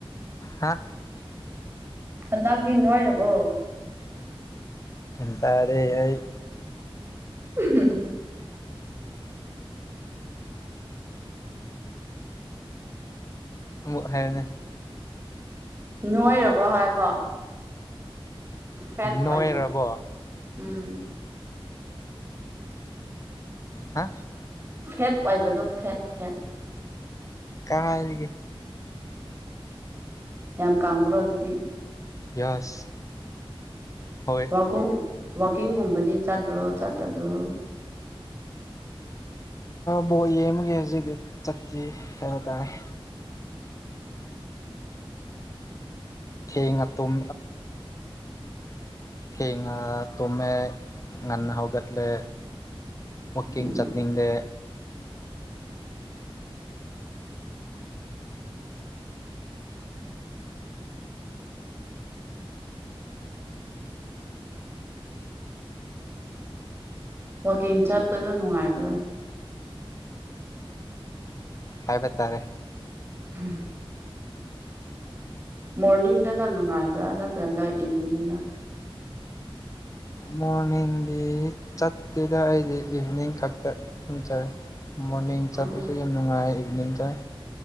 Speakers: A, on the left; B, on the right.
A: ꯍꯥ
B: ꯍꯟꯗꯥꯡꯗꯤ ꯅꯣꯏꯔꯕꯣ
A: ꯑꯟꯏꯟꯇꯦꯜꯂꯤꯖꯦꯕꯜ
B: ꯑꯝꯍꯝꯍꯝ
A: ꯑꯃꯨꯛ ꯍꯥꯏꯅꯦ
B: ꯅꯣꯏꯔꯕꯣ ꯍꯥꯏꯕ ꯐꯦꯠ
A: ꯅꯣꯏꯔꯕꯣ
B: ꯑꯣꯏꯕ ꯎꯝ
A: ꯍꯥ
B: ꯐꯦꯠ ꯑꯣꯏꯏꯕꯗꯣ ꯐꯦꯠ ꯐꯦꯠ
A: ꯀꯥꯏꯗꯒꯤ
B: ꯌꯥꯝ ꯀꯥꯡꯕ꯭ꯔꯣ ꯑꯗꯨꯗꯤ
A: ꯌꯥꯁ ꯍꯣꯏ
B: ꯋꯥꯀꯤꯡ ꯋꯥꯋꯀꯤꯡꯒꯨꯝꯕꯗꯤ ꯆꯠꯄ꯭ꯔꯣ ꯆꯠꯇꯕ꯭ꯔꯣ
A: ꯕꯣ ꯌꯦꯒꯖꯤꯗꯤ ꯆꯠꯇꯦ ꯍꯥꯏꯕ ꯇꯥꯔꯦ ꯊꯦꯡ ꯇꯨꯝ ꯊꯦꯡ ꯇꯃꯃꯦ ꯉꯥꯟꯅꯍꯧꯒꯠꯂꯦ ꯀꯤꯡ
B: ꯎꯝ
A: ꯆꯠꯅꯤꯡ ꯗꯦ
B: ꯋꯥꯛꯀꯤꯡ ꯆꯠꯄꯗꯣ ꯅꯨꯡꯉꯥꯏꯕ꯭ꯔꯣ
A: ꯍꯥꯏꯕꯠꯇꯔꯦ
B: ꯎꯝ ꯃꯣꯔꯅꯤꯡꯗꯅ ꯅꯨꯡꯉꯥꯏꯕ꯭ꯔꯥ ꯅꯠꯇ꯭ꯔꯒ ꯏꯚꯤꯅꯤꯡꯅ
A: ꯃꯣꯔꯅꯤꯡꯗꯤ ꯆꯠꯇꯦꯗ ꯑꯩꯗꯤ ꯏꯚꯤꯅꯤꯡ ꯈꯛꯇ ꯎꯝꯖꯔꯦ ꯃꯣꯔꯅꯤꯡ ꯆꯠꯄꯁꯨ
B: ꯑꯣ
A: ꯌꯥꯝ ꯅꯨꯡꯉꯥꯏ ꯏꯚꯅꯤꯡ ꯆꯥꯏ